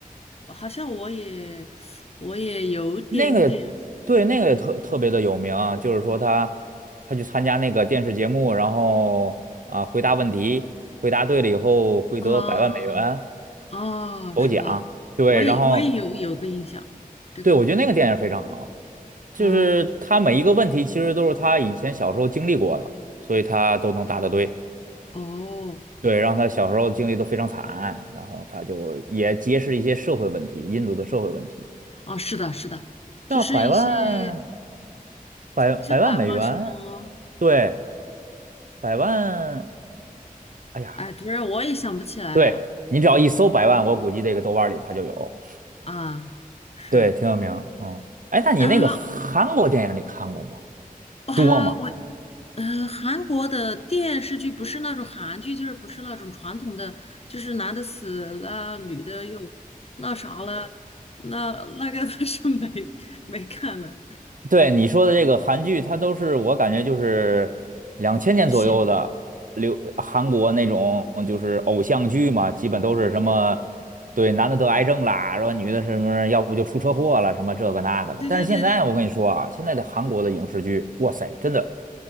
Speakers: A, on the left (about 45°); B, on the right (about 65°).
A: 我好像我也，我也有点点
B: 那个也对，那个也特特别的有名啊，就是说他他去参加那个电视节目，然后啊、回答问题，回答对了以后会得百万美元
A: 啊，哦，
B: 头奖。
A: 是吧？
B: 对，
A: 我也我也有有个印象，
B: 然后
A: 这个，
B: 对我觉得那个电影非常好，就是他每一个问题其实都是他以前小时候经历过的，
A: 啊
B: 所以他都能答得对。
A: 哦，
B: 对，让他小时候经历都非常惨，然后他就也揭示一些社会问题，印度的社会问题。
A: 哦，是的，是的，就是一些
B: 要百万百百万美元，
A: 像百万什么，
B: 对。百万，哎呀，
A: 哎，突然我也想不起来了
B: 对，你只要一搜百万，我估计这个豆瓣里它就有，
A: 啊，是
B: 对，挺有名，嗯，哎，那你那个韩国电影你看过吗？
A: 啊，哇，
B: 多吗？
A: 我呃，韩国的电视剧不是那种韩剧，就是不是那种传统的，就是男的死了，女的又那啥了，那那个倒是 <laughs> 没没看了。
B: 对你说的这个韩剧，它都是我感觉就是两千年左右的流韩国那种就是偶像剧嘛，
A: 狗血，
B: 基本都是什么
A: 对对
B: 对男的得癌症啦，然后女的什么要不就出车祸了，什么这个那个的。
A: 对对对对，
B: 但是现在我跟你说啊，现在的韩国的影视剧，哇塞，真的